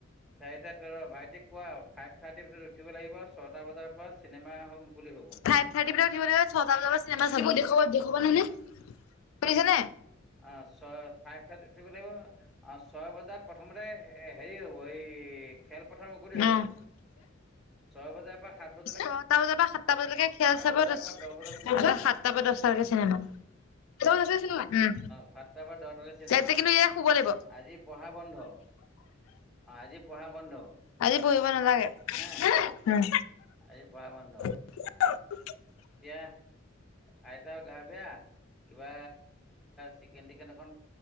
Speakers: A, in the centre; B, on the left.
A: চাৰিটা তেৰ ভাইটিক কোৱা ফাইভ থাৰ্টিৰ ভিতৰত উঠিব লাগিব ছটা বজাৰ পৰা চিনেমা হ'ল মুকলি হ'ব।
B: ফাইভ থাৰ্টি বিলাক উঠিব লাগিব ছটা বজাৰ চিনেমা চাব দোব দেখুৱাবা নহ নে শুনিছে নে?
A: অ', ছয় চাৰে উঠিব লাগিব। অ', ছয় বজাত প্ৰথমতে হেৰি হ'ব এই খেলপথাৰ মুকলি হ'ব।
B: অ'।
A: ছয় বজাৰ পৰা সাত বজাত
B: ছটা বজাৰ পৰা সাতটা বজালৈকে খেল চাব
A: বজাৰ
B: তাছ
A: পৰা দহ বজালৈকে চিনেমা।
B: সাত দহটাৰকে চিনেমা। <unintelligible>
A: সাতটা পৰা দহটাৰে চিনেমা
B: এতিয়া কিন্তু এয়া শুব লাগিব
A: আজি পঢ়া বন্ধ। অ', আজি পঢ়া বন্ধ।
B: আজি পহিব নালাগে
A: হে
B: উম।
A: আজি পোৱা বন্ধ।
B: <unintelligible>
A: এতিয়া আইতাও গা বেয়া কিবা চিকেন টিকেন অকণ